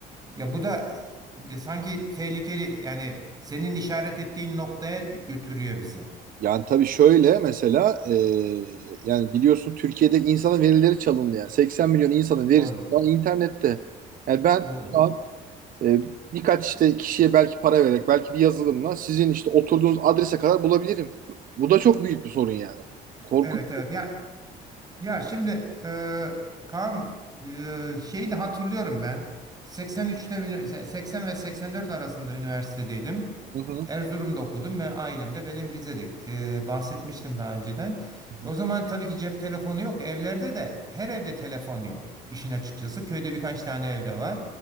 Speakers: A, on the right; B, on the right.
A: Ya bu da de sanki tehlikeli yani senin işaret ettiğin noktaya götürüyor bizi.
B: Yani tabii şöyle mesela e, yani biliyorsun Türkiye'de insanın verileri çalındı yani 80 milyon insanın verisi
A: Doğru.
B: şu an internette. Yani ben
A: Doğru.
B: şu an e, birkaç işte kişiye belki para vererek belki bir yazılımla sizin işte oturduğunuz adrese kadar bulabilirim. Bu da çok büyük bir sorun yani. Korkunç.
A: Evet evet. Ya Ya şimdi e, Kaan e, şeyi de hatırlıyorum ben. 83'te ünü- 80 ve 84 arasında üniversitedeydim.
B: Hı hı.
A: Erzurum'da okudum ve ailem de benim Rize'de e, bahsetmiştim daha önceden.
B: Hı
A: O zaman tabii ki cep telefonu yok. Evlerde de her evde telefon yok. İşin açıkçası köyde birkaç tane evde var.